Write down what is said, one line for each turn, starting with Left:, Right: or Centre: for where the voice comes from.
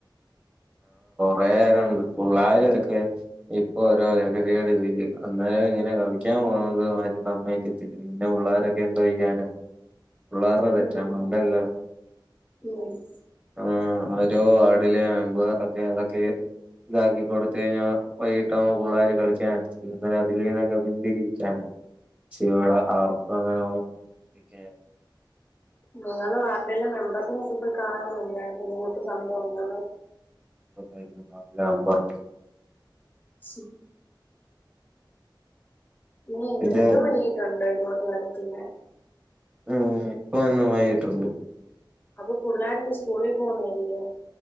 Left: <inaudible>
Right: പേരുണ്ട് ഫുള്ളായതൊക്കെ. ഇപ്പൊ ഓരോ ലഹരിയുടെ ഇതില് അന്നേരം ഇങ്ങനെ കളിക്കാൻ പോകുന്നത് ആരും സമ്മയിക്കത്തില്ല. ന്നെ പുള്ളാര എന്തൊയ്യാനാ പുള്ളാരുടെ തെറ്റാണോ
Left: ഉം.
Right: ഒണ്ടെല്ലാ
Left: ഉം.
Right: ആഹ് ഓരോ വാർഡിലെ മെമ്പേറൊക്കെ അതൊക്കെ. ഇതാക്കി കൊടുത്തഴിഞ്ഞാ വൈകിട്ടാവ്മ്പൊ പുള്ളാര് കളിക്കാൻ അതിലീന്നൊക്കെ പിന്തിരിയിക്കാനാ. ക്ഷെവിടെ ആർക്കും അങ്ങന <unintelligible> നിക്കേ
Left: നിങ്ങള് വാർഡിലെ മെമ്പേർസിനെയൊക്കെ പോയി കാണാഞെന്താണ് ഇങ്ങനെയൊക്കെ സംഭവം <unintelligible>
Right: <unintelligible> നമ്പർ
Left: സു ഇനി
Right: ഇത്
Left: എന്നും വൈകിട്ടൊണ്ട് ഇങ്ങോട്ട് <unintelligible>
Right: ഉം ഇപ്പ എന്നും വൈകിട്ടുണ്ട്
Left: അപ്പൊ പുള്ളാര്ക്ക് സ്കൂളീ പോണ്ടതല്ലേ